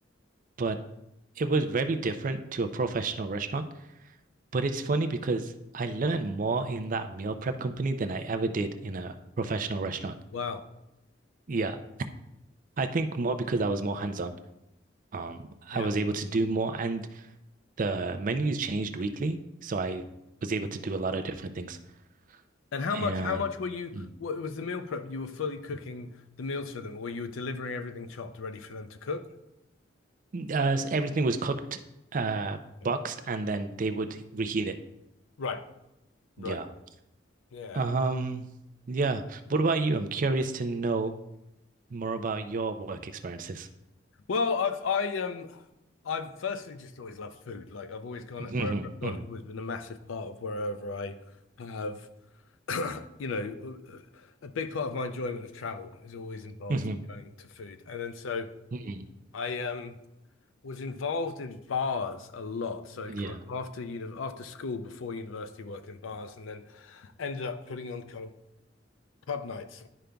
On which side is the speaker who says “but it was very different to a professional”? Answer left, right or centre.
Right